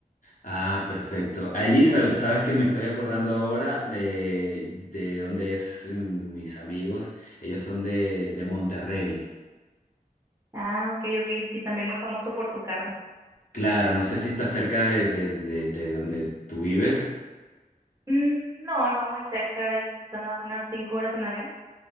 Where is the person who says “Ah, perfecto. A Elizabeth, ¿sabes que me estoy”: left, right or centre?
Left